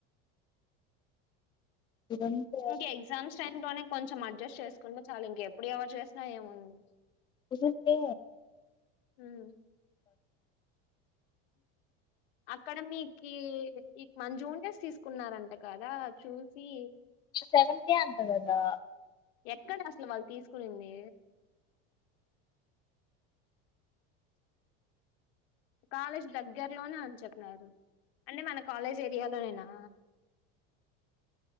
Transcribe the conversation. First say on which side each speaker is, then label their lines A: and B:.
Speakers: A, on the left; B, on the left.
A: ఇదంతా
B: ఇంక ఇ ఎక్జామ్స్ టైమ్ లోనే కొంచెం అడ్ అడ్జస్ట్ చేసుకుంట చాలు ఇంకా ఎప్పుడు ఎవరు చేసినా ఏముంది
A: కుదిరితే
B: హ్మ్ అక్కడ మీకి మన జూనియర్స్ తీసుకున్నారంట కదా చూసి
A: సెవెన్ కే అంట కదా
B: ఎక్కడ అసలు వాళ్ళు తీసుకునింది కాలేజ్ దగ్గరలోనే అని చెప్పిన్నారు అంటే మన కాలేజ్ ఏరియాలోనేనా